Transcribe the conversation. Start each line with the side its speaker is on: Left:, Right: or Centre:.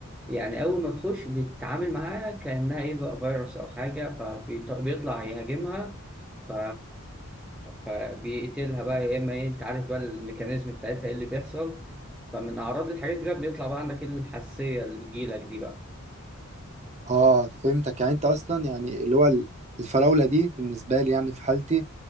Centre: يعني اول ما تخش بيتعامل معاها كانها ايه بقى فيروس او حاجه فبيطلع يهاجمها ف... فبيقتلها بقى يا اما ايه انت عارف بقى الميكانيزم بتاعتها ايه اللي بيحصل فمن اعراض الحاجات دي بقى بيطلع بقى عندك ايه الحساسيه اللي بتجيلك دي بقى
Right: اه فهمتك يعني انت اصلا يعني اللي هو ال- الفراوله دي بالنسبه لي يعني في حالتي